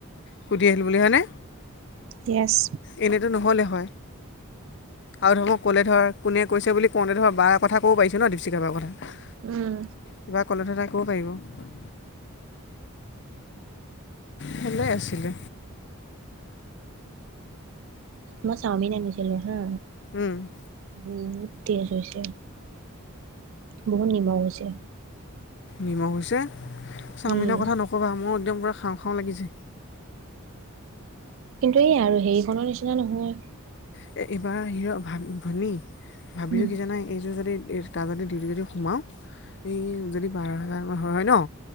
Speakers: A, on the left; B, on the right.
A: সুধি আহিলোঁ বুলি হয়নে!
B: ইয়েছ!
A: এনেইতো নহ'লে হয়! আৰু ধৰ ক'লে ধৰ কোনে কৈছে বুলি কওঁতে ধৰ বাৰ কব পাৰিছোঁ ন, দীপশিখা বাৰ কথা!
B: উম!
A: কিবা ক'লে ধৰ, তাই ক'ব পাৰিব! ভালেই আছিলে।
B: মই চাউমিন আনিছিলোঁ! হা
A: উম!
B: বহুত টেষ্ট হৈছে! বহুত নিমখ হৈছে।
A: নিমখ হৈছে, চাওমিনৰ
B: উম,
A: কথা নক'বা, মোৰ একদম পূৰা খাওঁ, খাওঁ লাগিছে।
B: কিন্তু এই আৰু হেৰিখনৰ নিচিনা নহয়।
A: এ এইবাৰ হিৰ' ভাব ভনী ভাবিলোঁ,
B: উম,
A: কি জানাই এইযোৰ যদি তাৰ যদি ডিউটি যদি সোমাওঁ, এই যদি বাৰ হেজাৰ হয়, হয় ন